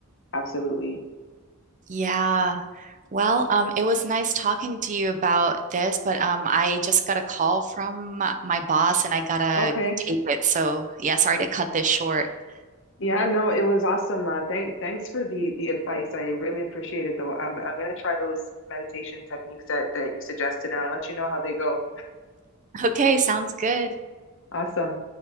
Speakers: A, on the left; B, on the right.
A: Absolutely.
B: Yeah. Well, um, it was nice talking to you about this, but um, I just got a call from my my boss and I gotta
A: Okay.
B: take it. So, yeah, sorry to cut this short. <laughs>
A: Yeah, no, it was awesome. Uh, thank, thanks for the the advice. I really appreciate it, though. I'm I'm gonna try those meditation techniques that that you suggested, and I'll let you know how they go.
B: Okay, sounds good.
A: Awesome.